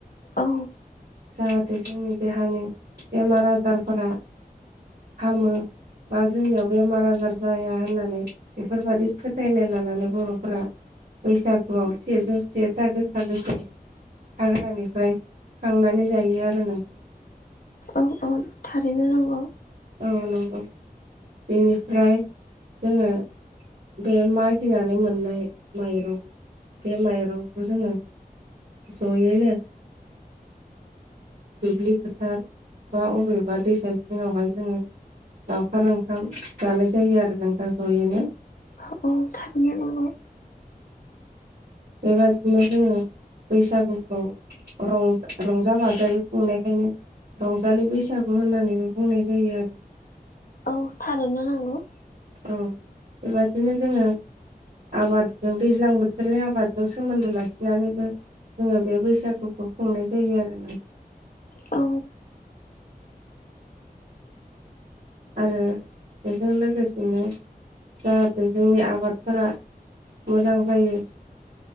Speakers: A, on the left; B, on the right.
A: औ
B: जाहाथे जोंनि देहानि बेमार आजारफोरा हामो बा जोंनियाव बेमार आजार जाया होननानै बेफोरबायादि फोथायनाय लानानै बर'फोरा बैसागुआव सेजौ सेथा गोखा गोखै हाग्रानिफ्राय खांनानै जायो आरो नोंथां
A: औ औ थारैनो नांगौ।
B: औनंगौ बेनिफ्राय जोङो बे मागिनानै मोननाय माइरं बे माइरंखौ जोङो ज'यैनो दुब्लि फोथार बा अबेबा दैसा सिङावहाय जोङो लावखार ओंखाम जानाय जायो आरो नोंथां जयैनो
A: औ थारैनो नंगौ
B: बेबादिनो जोङो बैसागुखौं रं रंजा बाजायोै खुंनायखायनो रंजालि बैसागु होननानैबो बुंनाय जायो आरो
A: औ थारैनो नांगौ
B: औ बेबादिनो जोङो आबादजों दैज्लां बोथोरनि आबादजों सोमोन्दो लाखिनानैबो जोङो बे बैसागुखौ खुंनाय जायो आरो ना
A: औ
B: आरो बेजों लोगोसेनो जाहाथे जोंनि आबादफोरा मोजां जायो